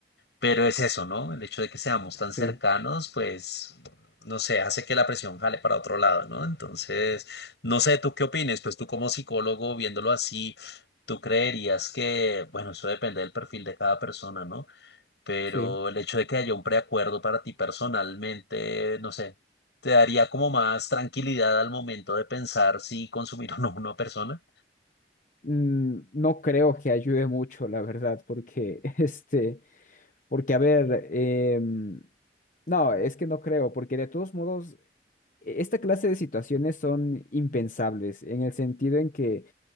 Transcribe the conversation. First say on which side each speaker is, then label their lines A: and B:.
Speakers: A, on the left (about 75°); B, on the left (about 45°).
A: pero es eso, ¿no? El hecho de que seamos tan cercanos,
B: sí,
A: pues, no sé, hace que la presión jale para otro lado, ¿no? Entonces, no sé, ¿tú qué opines? Pues tú como psicólogo, viéndolo así, tú creerías que, bueno, eso depende del perfil de cada persona, ¿no? Pero
B: sí.
A: el hecho de que haya un preacuerdo para ti personalmente, no sé, ¿te daría como más tranquilidad al momento de pensar si consumir <laughs> o no una persona?
B: Mm, no creo que ayude mucho, la verdad, porque <laughs> este, porque a ver, em, no, es que no creo, porque de todos modos e- esta clase de situaciones son impensables en el sentido en que